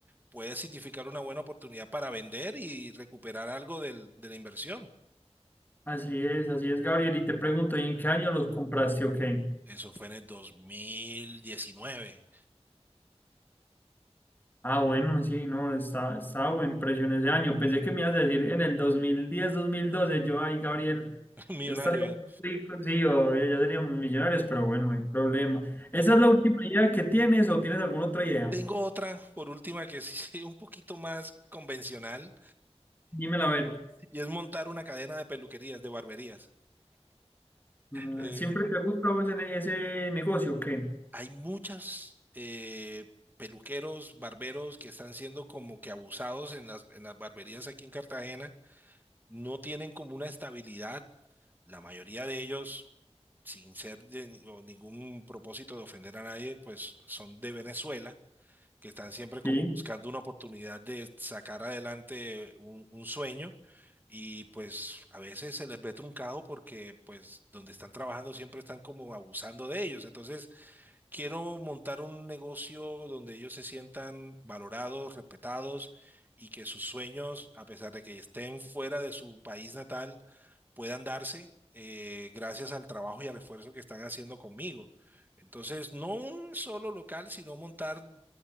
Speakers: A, on the right; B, on the left.
A: puede significar una buena oportunidad para vender y recuperar algo del- de la inversión.
B: Así es, así es, Gabriel. Y te pregunto, ¿y en qué año los compraste o qué?
A: Eso fue en el dos mil diecinueve
B: Ah, bueno, sí, no, está, estaba buen precio en ese año. Pensé que me ibas a decir en el 2010, 2012, yo, ay, Gabriel,
A: <laughs> Millonario.
B: yo estaría muy rico, sí, o ya ya seríamos millonarios, pero bueno, no hay problema. ¿Esa es la última idea que tienes o tienes
A: eh.
B: alguna otra idea?
A: Tengo otra, por última, que sí <laughs> es un poquito más convencional
B: Dímela a ver.
A: y es montar una cadena de peluquerías, de barberías.
B: Mm,
A: Eh,
B: ¿Siempre te ha gustado ese, ne- ese negocio? o ¿Qué?
A: hay muchas eh, peluqueros, barberos que están siendo como que abusados en las, en las barberías aquí en Cartagena. No tienen como una estabilidad. La mayoría de ellos, sin ser de ni- o ningún propósito de ofender a nadie, pues son de Venezuela que están siempre como
B: Sí.
A: buscando una oportunidad de sacar adelante un, un sueño y pues a veces se les ve truncado porque pues donde están trabajando siempre están como abusando de ellos. Entonces quiero montar un negocio donde ellos se sientan valorados, respetados y que sus sueños, a pesar de que estén fuera de su país natal, puedan darse. eh, gracias al trabajo y al esfuerzo que están haciendo conmigo. Entonces, no un solo local, sino montar